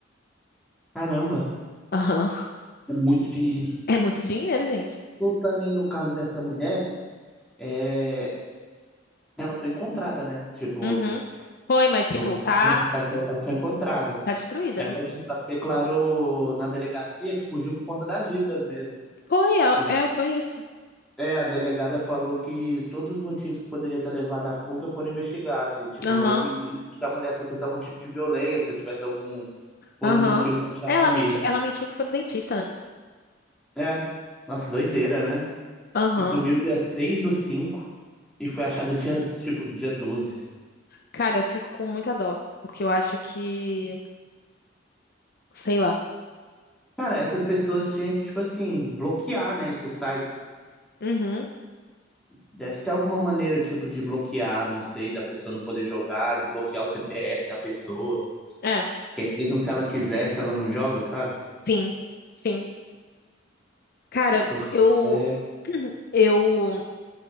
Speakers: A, in the centre; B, on the left (about 50°).
A: Caramba,
B: Aham.
A: é muito dinheiro.
B: É muito dinheiro, gente.
A: Voltando aí no caso dessa mulher, é, ela foi encontrada, né? Tipo,
B: Uhum. Foi, mas, tipo,
A: no final
B: tá,
A: da reportagem falou que ela foi encontrada.
B: tá destruída,
A: Ela,
B: né?
A: tipo, ela declarou na delegacia que fugiu por conta das dívidas mesmo.
B: Foi, é,
A: Que
B: é, foi isso.
A: É, a delegada falou que todos os motivos que poderia ter levado à fuga foram investigados e, tipo,
B: Aham.
A: não houve indício de que a mulher sofresse algum tipo de violência ou tivesse algum outro
B: Aham.
A: motivo para deixar
B: Ela
A: a família.
B: menti, ela mentiu que foi no dentista, né?
A: É, nossa, doideira, né?
B: Aham.
A: Sumiu dia 6 do 5 e foi achada dia, tipo, dia 12.
B: Cara, eu fico com muita dó. Porque eu acho que. Sei lá.
A: Cara, essas pessoas tinham que, tipo assim, bloquear, né, esses sites.
B: Uhum.
A: Deve ter alguma maneira, tipo, de bloquear, não sei, da pessoa não poder jogar, de bloquear o CPF da pessoa.
B: É.
A: Que aí mesmo se ela quisesse, ela não joga, sabe?
B: Sim. Sim. Cara,
A: Porque,
B: eu
A: é,
B: <clears throat> eu